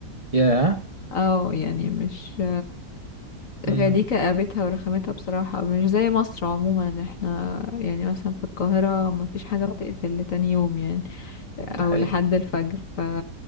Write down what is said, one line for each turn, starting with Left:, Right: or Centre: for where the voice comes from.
Right: ياه
Left: اه يعني مش
Right: امم
Left: هي دي كآبتها ورخامتها بصراحة مش زي مصر عموما احنا يعني مثلا في القاهرة مفيش حاجة بتقفل لتاني يوم يعني او
Right: ده حقيقي
Left: لحد الفجر ف